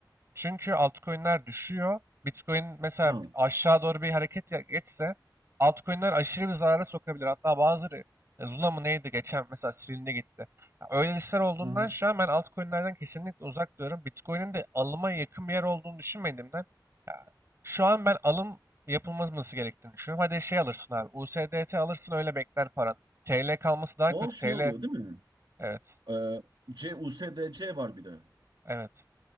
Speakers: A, on the right; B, on the right.
A: Çünkü altcoin'ler düşüyor. Bitcoin mesela
B: Ha.
A: aşağı doğru bir hareket ya- geçse altcoin'ler aşırı bir zarara sokabilir. Hatta bazıları e, Luna mı neydi geçen mesela silindi gitti. Ya Öyle listeler olduğundan
B: Hı
A: şu an ben altcoin'lerden kesinlikle uzak duruyorum. Bitcoin'in de alıma yakın bir yer olduğunu düşünmediğimden ya, şu an ben alım yapılması gerektiğini düşünüyorum. Hadi şey alırsın abi. USDT alırsın öyle bekler paran. TL kalması daha
B: O
A: kötü.
B: şey
A: TL
B: oluyor değil mi?
A: evet.
B: Ee, C, USDC var bir de.
A: Evet.